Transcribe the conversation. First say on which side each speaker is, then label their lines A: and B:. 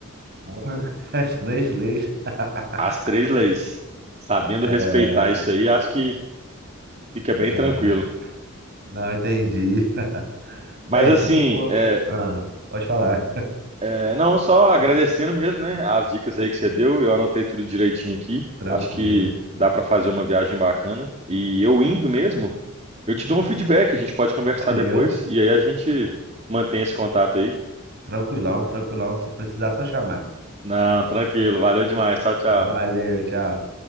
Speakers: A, on the right; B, on the right.
A: Porra, <laughs> As três leis. <laughs>
B: As três leis. Sabendo
A: Ah,
B: respeitar isso aí, acho que fica bem
A: ah.
B: tranquilo.
A: não entendi. <laughs> Bem,
B: Mas assim,
A: se tu for.
B: é,
A: Ah, pode falar.
B: É, não, só agradecendo mesmo, né? As dicas aí que você deu, eu anotei tudo direitinho aqui.
A: Tranquilo.
B: Acho que dá para fazer uma viagem bacana. E eu indo mesmo, eu te dou um feedback, a gente pode conversar
A: Valeu.
B: depois e aí a gente mantém esse contato aí.
A: Tranquilão, tranquilão. Se precisar, só chamar.
B: Não, tranquilo, valeu demais. Tchau, tchau.
A: Valeu, tchau.